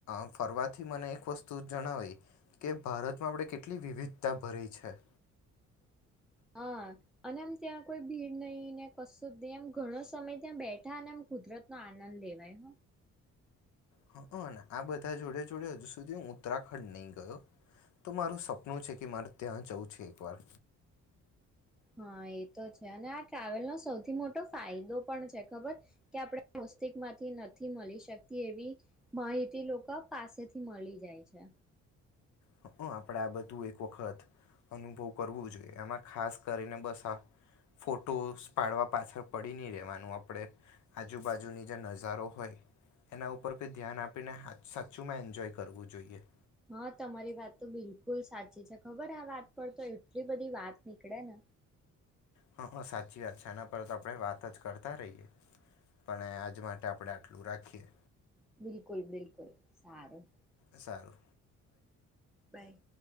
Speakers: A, on the left; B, in the centre.
A: ટ ફરવાથી મને એક વસ્તુ જણાવી કે ભારતમાં આપણે કેટલી વિવિધતા ભરી છે
B: હા અને આમ ત્યાં કોઈ ભીડ નહી ને કશું જ નહી એમ ઘણો સમય ત્યાં બેઠા અને એમ કુદરત નો આનંદ લેવાય હ
A: હ આ બધા જોડે જોડે હજુ સુધી હું ઉત્તરાખંડ નહી ગયો તો મારું સપનું છે કે મારે ત્યાં જઉં છે એક વાર
B: હા એ તો છે અને આ ટ્રાવેલનોો સૌથી મોટો ફાયદો પણ છે ખબર કે આપણે મુસ્તિક માંથી નથી મળી શકતી એવી માહિતી લોકો પાસેથી મળી જાય છે
A: હ આપણેે આ બધું એક વખત અનુભવ કરવું જોઈએ આમાં ખાસ કરીને બસ આ ફોટોસ પાડવા પાછળ પડી નહી રેવાનું આપણે આજુબાજુની જે નજારો હોય એના ઉપર કો ધ્યાન આપીને સાચુંમાં એન્જોય કરવું જોઈએ
B: હા તમારી વાત તો બિલકુલ સાચી છે ખબર આ વાત પર તો એટલી બધી વાત નીકળે ને
A: હા હ સાચી વાત છે આના પર તો આપણે વાત જ કરતા રહીએ પણ આજ માટે આપણે આટલું રાખીએ
B: બિલકુલ બિલકુલ સારું
A: સાર
B: બાય